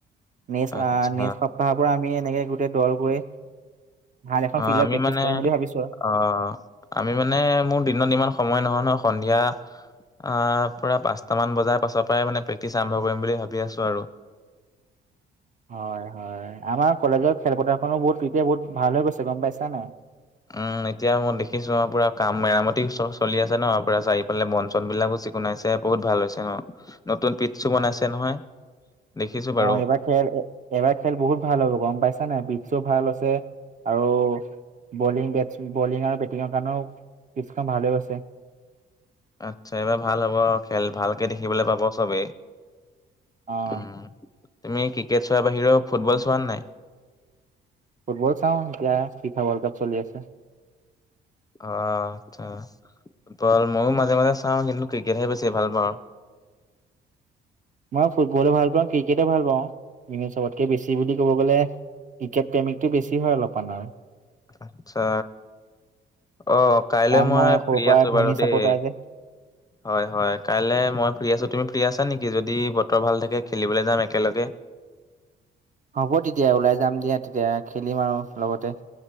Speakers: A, on the right; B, on the left.
A: মেচ
B: আচ্ছা
A: আ মেচ তাৰ পৰা আমি এনেকে গোটেই দল গৈ ভাল এখন
B: অ
A: ফিল্ডত
B: আমি
A: প্ৰেক্টিচ
B: মানে
A: কৰিম বুলি ভাবিছোঁ আৱ।
B: অ আমি মানে মোৰ দিনত ইমান সময় নহয় নহয় সন্ধিয়া আহ পুৰা পাঁচটা মান বজাৰ পাছৰ পৰাই মানে প্ৰেক্টিচ আৰম্ভ কৰিম বুলি ভাবি আছো আৰু।
A: হয় হয়, আমাৰ কলেজৰ খেলপথাৰখনো বহুত তেতিয়া বহুত ভাল হৈ গৈছে গম পাইছা নাই?
B: উম, এতিয়া মই দেখিছো আৰু পুৰা কাম মেৰামতি চ চলি আছে ন, পুৰা চাৰিফালে বন-চন বিলাকো চিকুণাইছে বহুত ভাল হৈছে ন, নতুন পিটছু বনাইছে নহয়। দেখিছো বাৰু।
A: অ এইবাৰ খেল এ এবাৰ খেল বহুত ভাল হ'ব গম পাইছা নাই? পিটছু ভাল আছে আৰু বলিং বেটছ বলিং আৰু বেটিঙৰ কাৰণেও পিটছখন ভালে কৈছে।
B: আতচ্ছা, এইবাৰ ভাল হ'ব আৰু খেল ভালকে দেখিবলৈ পাব চবেই।
A: অহ।
B: উম। তুমি ক্ৰিকেট চোৱা বাহিৰেও ফুটবল চোৱা নে নাই?
A: ফুটবল চাওঁ এতিয়া ফিফা ৱৰ্ল্ড কাপ চলি আছে।
B: অ আচ্ছা ফুটবল ময়ো মাজে মাজে চাওঁ কিন্তু ক্ৰিকেটহে বেছি ভাল পাওঁ।
A: মই ফুটবলো ভাল পাওঁ ক্ৰিকেটো ভাল পাওঁ। কিন্তু চবতকে বেছি বুলি ক'ব গ'লে ক্ৰিকেট প্ৰেমিকটো বেছি হয় অলপমান আৰু
B: আচ্ছা অ কাইলে
A: কাৰণ
B: মই
A: সৰুৰ
B: ফ্ৰী
A: পৰা
B: আছোঁ
A: ধনী
B: বাৰু দেই।
A: চাপৰ্টাৰ যে
B: <inaudible> হয় হয় কাইলে মই ফ্ৰী আছোঁ তুমি ফ্ৰী আছা নেকি? যদি বতৰ ভাল থাকে খেলিবলৈ যাম একেলগে।
A: হ'ব তেতিয়া ওলাই যাম দিয়া তেতিয়া খেলিম আৰু লগতে।